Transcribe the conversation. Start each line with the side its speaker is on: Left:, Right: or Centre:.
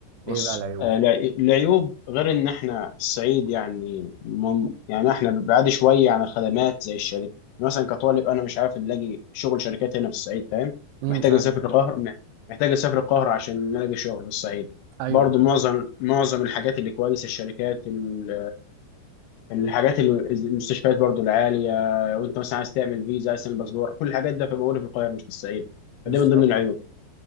Left: بص
Right: ايه بقى العيوب
Left: آه، الع- العيوب غير ان احنا في الصعيد يعني مم يعني احنا بعاد شويه عن الخدمات زي الشركه يعني مثلا كطالب انا مش عارف نلاقي شغل شركات هنا في الصعيد فاهم
Right: امم
Left: محتاج
Right: فاهمه
Left: اسافر القاهره محتاج اسافر القاهره عشان نلاقي شغل في الصعيد
Right: ايوه
Left: برضو
Right: فاهم
Left: معظم معظم الحاجات اللي كويسه الشركات ال- الحاجات اللي المستشفيات برضو العاليه وانت مثلا عايز تعمل فيزا عايز تعمل باسبور كل الحاجات ده في موجوده في القاهره مش في الصعيد
Right: بالظبط
Left: فدي من ضمن العيوب